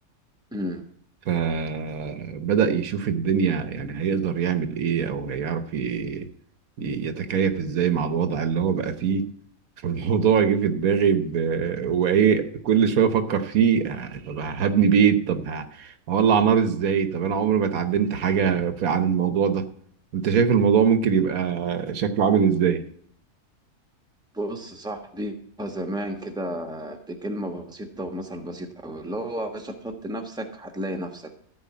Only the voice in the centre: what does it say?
امم
بص صاحبي زمان كده بكلمة بسيطة ومثل بسيط أوي اللي هو يا باشا تحط نفسك هتلاقي نفسك